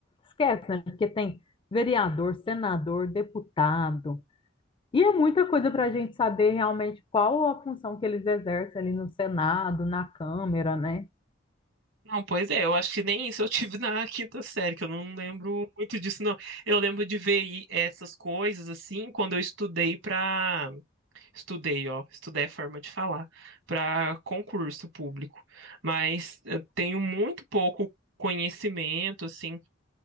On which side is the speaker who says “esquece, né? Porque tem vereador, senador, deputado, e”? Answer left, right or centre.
Left